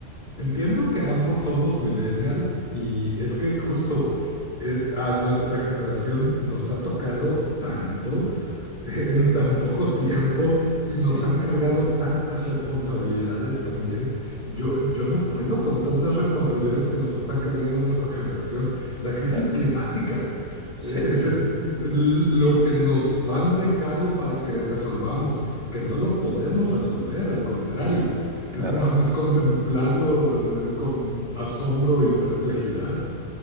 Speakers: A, on the left; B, on the right.
A: Entiendo que ambos somos millennials y es que justo es, a nuestra generación nos ha tocado tanto. <laughs> en tan poco tiempo y nos
B: Sí,
A: han cargado tantas responsabilidades también. Yo, yo no puedo con tantas responsabilidades que nos están cargando nuestra generación. La crisis
B: claro,
A: climática,
B: sí,
A: eh, <laughs> lo que nos han dejado para que resolvamos, que no lo podemos resolver, al contrario,
B: claro.
A: es nada más contemplarlo, eh, con asombro y perplejidad.